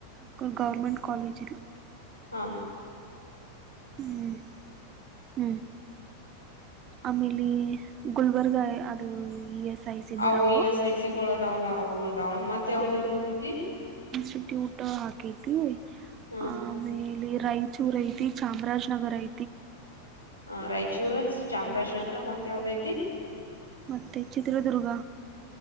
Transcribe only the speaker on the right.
ತುಕೂರ್ ಗೌರ್ಮೆಂಟ್ ಕಾಲೇಜ್ ಇದು
ಹ್ಮ್ ಹ್ಮ್ ಆಮೇಲಿ ಗುಲ್ಬರ್ಗಾ ಅದು ಐ ಸಿ ಬಿಡವು
ಟ್ಟಿ ಊಟ ಹಾಕೈತಿ
ಆ ಆಮೇಲೆ ರಾಯಚೂರುಐತಿ ಚಾಮರಾಜ್ನಗರಐ
ಮತ್ತೆ ಚಿತ್ರದುರ್ಗ